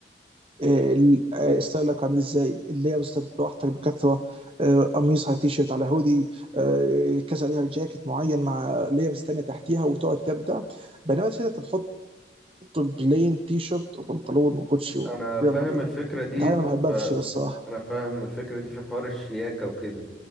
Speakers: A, on the right; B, in the centre.
A: آه، ال- آه، ستايلك عامل ازاي اللايرز براحتك بكثره آه، قميص على تي شيرت على هودي آه، كذا لاير جاكيت معين مع لايرز تانيه تحتيها وتقعد تبدع بينما الشتاء انت بتحط بلين تي شيرت وبنطلون وكوتشي ويلا
B: انا فاهم
A: بينا
B: الفكرة دي
A: ده حاجه انا بحبها
B: ف...
A: في الشتاء الصراحه
B: انا فاهم الفكرة دي في حوار الشياكة وكده